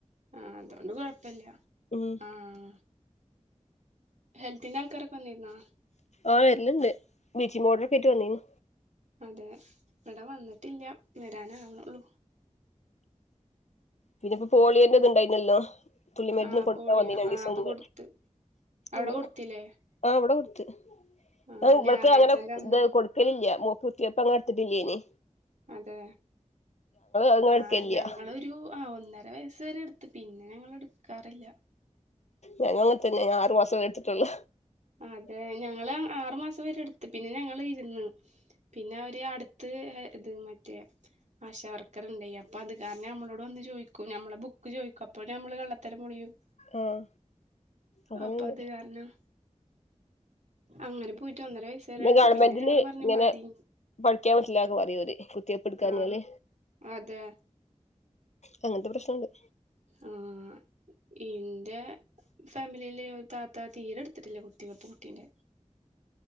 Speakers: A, on the right; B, on the left.
A: ആഹ് അതോണ്ട് കൊയ്പ്പല്ല്യ
B: ഉം
A: ആഹ് ഹെൽത്തിൻ്റാൾക്കാരൊക്കെ വന്നീനാ?
B: ആഹ് വര്ല്ണ്ട് ബ്ലീച്ചിംഗ് പൗഡറൊക്കേറ്റ് വന്നീന്.
A: അതെ ഇവ്ടെ വന്നിട്ടില്ല്യ വരാനാവ്ണൊള്ളൂ.
B: പിന്നെപ്പൊ പോളിയോന്റെത്ണ്ടായ്നല്ലോ തുള്ളി മര്ന്ന്
A: ആ
B: കൊട്ക്കാൻ
A: പോളിയോ
B: വന്നീന് രണ്ടീസം
A: ആ അത്
B: മുമ്പ്
A: കൊടുത്ത് അവിടെ
B: ആഹ്
A: കൊടുത്തില്ലേ
B: ആഹ് ഇവ്ടെ കൊട്ത്ത്
A: ആ
B: ആഹ് ഇവ്ട്ത്തെ
A: ഞായറാഴ്ചന്റെ
B: അങ്ങനെ
A: അന്ന്
B: ഇത് കൊട് അതിൽ ഇല്ലേ മൂക്കുത്തിയപ്പോ, ഞങ്ങൾ ഇടുത്തിട്ടില്ലേ?
A: അതെ
B: അങ്ങനെ എടുക്കലില്ല
A: ആ ഞങ്ങൾ ഒരു ആ ഒന്നര വയസ് വരെ എടുത്ത്, പിന്നെ ഞങ്ങൾഎടുക്കാറില്ല.
B: ഞങ്ങൾതന്നെ ആറു മാസം കഴിഞ്ഞ ട്ടലും എടുത്തിട്ടുള്ള.
A: അതെ ഞങ്ങൾആറു മാസം വരെ ഇടുത്ത്, പിന്നെ ഞങ്ങൾ ഇരുന്ന്. പിന്നെ അവര് അടുത്ത് ഇത് മറ്റേ ആശാ വർക്കർ ഇണ്ടാ അപ്പോ അത് കാരണം നമ്മളോട് വന്ന് ചോദിക്കും, നമ്മളെ ബുക്ക് ചോദിക്കും അപ്പൊ നമ്മളെ കള്ളത്തരം പൊളിയും.
B: ആഹ് അങ്ങനെണ്ട്
A: അപ്പോ അത് കാരണം അങ്ങനെ പോയിട്ട് ഒന്നര വയസ്സ്. വരെ
B: പിന്നെ
A: എടുത്ത്
B: ഗവർമെന്റില്
A: ഞങ്ങള് പറഞ്ഞു
B: ഇങ്ങനെ
A: മതി
B: പഠിക്കാൻ പറ്റൂല എന്ന് പറയും ഓര് കുത്തിയടുക്കാഞ്ഞാല്.
A: ആ അതെ
B: അങ്ങനത്തെ പ്രശ്നുണ്ട്.
A: ആഹ ഇന്റെ ഫാമിലിയിലെ ഒരു താത്തക്ക് തീരെ എടുത്തിട്ടില്ല കുത്തി യപ്പ് കുട്ടിയന്റ